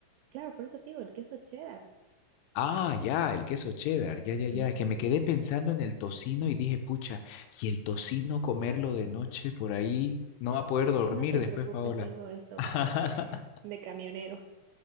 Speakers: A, on the right; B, on the left.
A: Claro, por eso te digo, el queso cheddar.
B: Ah, ya, el queso cheddar, ya, ya,
A: <laughs>
B: ya. Es que me quedé pensando en el tocino y dije, pucha, y el tocino comerlo de noche por ahí, no va a poder
A: Ay,
B: dormir
A: no te
B: después,
A: preocupes,
B: Paola.
A: tengo estómago
B: <laughs>
A: de, de camionero.